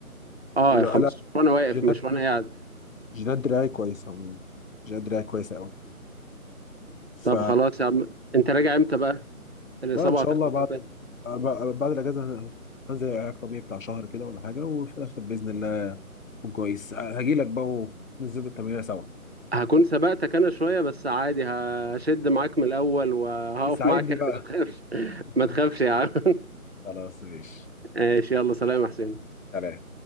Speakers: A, on the right; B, on the left.
A: اه
B: لا
A: 15
B: لا
A: وانا واقف
B: جينات
A: مش وانا قاعد
B: جينات دراعي كويسه عموما جينات دراعي كويسه قوي ف
A: طب خلاص يا عم انت راجع امتى بقى الاصابه
B: لا ان شاء
A: هتخلص
B: الله بعد
A: امتى
B: ال- ب- بعد الاجازه هن- هنزل علاج طبيعي بتاع شهر كده ولا حاجه وفي الاخر باذن الله اكون كويس هاجي لك بقى وننزل التمرين سوا
A: هكون سبقتك انا شويه بس عادي هشد معاك من الاول وهقف
B: ساعدني
A: معاك يعني
B: بقى
A: ما تخافش <laughs>
B: <laughs>
A: ما تخافش يا عم
B: خلاص ماشي
A: <laughs> ماشي يلا سلام يا حسين
B: سلام